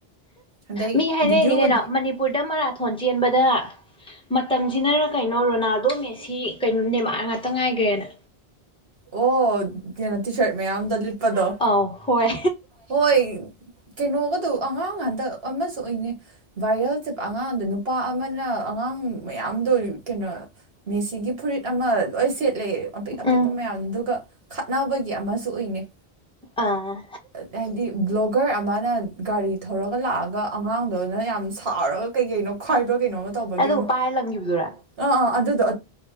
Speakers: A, on the right; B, in the centre.
A: ꯑꯗꯩ
B: ꯃꯤ ꯍꯥꯏꯅꯔꯤꯅꯤ
A: ꯚꯤꯗꯤꯑꯣꯒ
B: ꯀꯩꯅꯣ ꯃꯅꯤꯄꯨꯔꯗ ꯃꯔꯥꯊꯣꯟ ꯆꯦꯟꯕꯗ ꯃꯇꯝꯁꯤꯅꯔ ꯀꯩꯅꯣ ꯔꯣꯅꯥꯜꯗꯣ ꯃꯦꯁꯤ ꯀꯩꯅꯣ ꯅꯦꯃꯔ ꯉꯥꯛꯇ ꯉꯥꯏꯈ꯭ꯔꯦꯅ
A: ꯑꯣ ꯀꯩꯅꯣ ꯇꯤ ꯁꯥꯔꯠ ꯃꯌꯥꯝꯗ ꯂꯤꯠꯄꯗꯣ
B: ꯑꯧ ꯍꯣꯏ
A: ꯍꯣꯏ ꯀꯩꯅꯣꯒꯗꯨ ꯑꯉꯥꯡ ꯍꯟꯗꯛ ꯑꯃꯁꯨ ꯑꯣꯏꯅꯤꯩ ꯚꯥꯏꯔꯦꯜ ꯆꯠꯄ ꯑꯉꯥꯡꯗ ꯅꯨꯄꯥ ꯑꯃꯅ ꯑꯉꯥꯡ ꯥꯃꯌꯥꯝꯗꯣ ꯀꯩꯅꯣ ꯃꯦꯁꯤꯒꯤ ꯐꯨꯔꯤꯠ ꯑꯃ ꯂꯣꯏ ꯁꯦꯠ ꯂꯩ ꯑꯄꯤꯛ ꯑꯄꯤꯛꯄ
B: ꯎꯝ
A: ꯃꯌꯥꯝꯗꯨꯒ ꯈꯠꯅꯕꯒꯤ ꯑꯃꯁꯨ ꯎꯏꯅꯩ
B: ꯑꯥ
A: ꯍꯥꯏꯗꯤ ꯕꯂꯣꯛ ꯒꯔ ꯑꯃꯅ ꯒꯥꯔꯤ ꯊꯧꯔꯒ ꯂꯥꯛꯑꯒ ꯑꯉꯥꯡꯗꯨꯅ ꯌꯥꯝ ꯁꯥꯎꯔꯒ ꯀꯩ ꯀꯩꯅꯣ ꯈꯔꯥ ꯩꯀꯩꯅꯣꯃ ꯇꯧꯕꯒꯤ
B: ꯑꯗꯨꯒ
A: ꯑꯃ
B: ꯄꯥꯏꯔ ꯂꯪꯈꯤꯕꯗꯨꯔꯥ
A: ꯑ ꯑ ꯑꯗꯨꯗꯣ